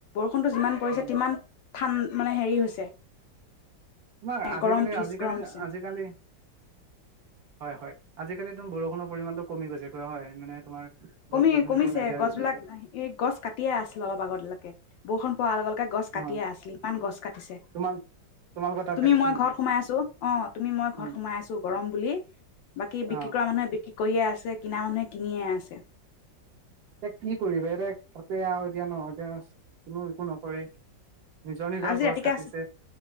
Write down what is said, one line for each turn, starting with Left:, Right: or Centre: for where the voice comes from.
Left: টো যিমান পৰিছে
Right: উম,
Left: তিমান ঠান মানে হেৰি হৈছে
Right: তোমাৰ আজিকালি
Left: গৰম উঠিছে
Right: আজিকালি
Left: গৰম উঠিছে
Right: আজিকালি হয় হয় আজিকালি একদম বৰষুণৰ পৰিমাণটো কমিৈছেোৱা হয় মানে তোমাৰ,
Left: কমি
Right: গছ গছনিবোৰ
Left: কমিছে
Right: নাইকিয়া হৈ
Left: গছবিলাক
Right: গৈছে যে
Left: এই গছ কাটিয়ে আছিল অলপ আগতিলকে বৰষুণ পোৱাৰ আগে গছ কাটিয়ে
Right: অ
Left: আছিল ইমান গছ কাটিছে
Right: তোমাল তোমালোকৰ তাত
Left: তুমি
Right: কাটিছে
Left: মই
Right: নেকি?
Left: ঘৰত সোমাই আছো অ তুমি মই ঘৰত
Right: উম,
Left: সোমাই আছো গৰম বুলি বাকী
Right: অ
Left: বিক্ৰী কৰা মানুহে বিক্ৰী কৰিয়ে আছে কিনা মানুহে কিনিয়ে আছে।
Right: এ কি কৰিবা এতিয়া পাতে আৰু এতিয়া নহয় এতিয়া কোনো একো নকৰে। নিজৰ নিজৰ
Left: আজি
Right: গছ
Left: ৰাতিকে
Right: কাটিছে
Left: আছে